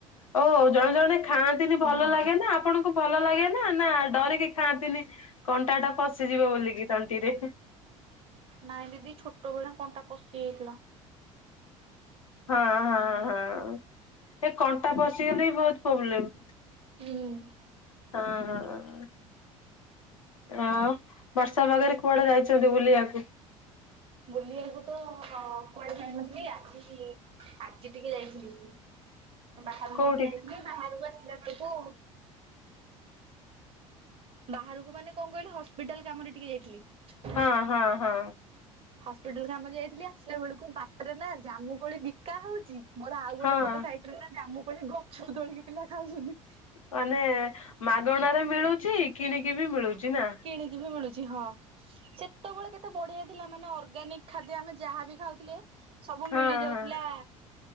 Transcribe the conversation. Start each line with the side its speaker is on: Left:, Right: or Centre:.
Left: ଓ ଜଣେ ଜଣେ ଖାଆନ୍ତିନି
Right: ହୁଁ
Left: ଭଲ ଲାଗେ ନା ଆପଣଙ୍କୁ ଭଲ ଲାଗେ ନା ନା ଡରିକି ଖାଆନ୍ତିନି କଣ୍ଟା ଟା ପଶିଯିବ ବୋଲିକି ତଣ୍ଟିରେ।
Right: ନାଇଁ ଦିଦି ଛୋଟ ବେଳେ କଣ୍ଟା ପଶି ଯାଇଥିଲା।
Left: ହଁ ହଁ ହଁ ଏ କଣ୍ଟା ପଶିଗଲେ ବି ବହୁତ ପ୍ରୋବ୍ଲେମ୍।
Right: ହୁଁ।
Left: ହଁ ହଁ। ଆଉ ବର୍ଷା ପାଗରେ କୁଆଡେ ଯାଇଛନ୍ତି ବୁଲିବାକୁ?
Right: ବୁଲିବାକୁ ତ କୁଆଡେ ଯାଇନଥିଲି ଆଜି ଆଜି ଟିକେ ଯାଇଥିଲି ବାହାରକୁ
Left: କୋଉଠି
Right: ଟିକେ ଯାଇଥିଲି ବାହାରକୁ ଆସିଲା ବେଳକୁ ବାହାରକୁ ମାନେ କଣ କହିଲେ ହସ୍ପିଟାଲ କାମରେ ଟିକେ ଯାଇଥିଲି।
Left: ହଁ ହଁ ହଁ।
Right: ହସ୍ପିଟାଲ କାମ ରେ ଯାଇଥିଲି ଆସିଲା ବେଳକୁ ବାଟରେ ନା ଜାମୁ କୋଳି ବିକା ହଉଛି। ମୋର ଆଉ ଗୋଟେ
Left: ହଁ
Right: ପଟ ସାଇଟରେ ନା ଜାମୁ କୋଳି ଗଛ ତୋଳିକି ପିଲା ଖାଉଛନ୍ତି।
Left: ମାନେ ମାଗଣା ରେ ମିଳୁଛି କିଣିକି ବି ମିଳୁଛି ନା।
Right: କିଣିକି ବି ମିଳୁଛି ହଁ ସେ ସେତବେଳେ କେତେ ବଢିଆ ଥିଲା ମାନେ ଅର୍ଗାନିକ୍ ଖାଦ୍ୟ ଆମେ ଯାହା ବି ଖାଉଥିଲେ ସବୁ
Left: ହଁ
Right: ମିଳି ଯାଉଥିଲା
Left: ହଁ।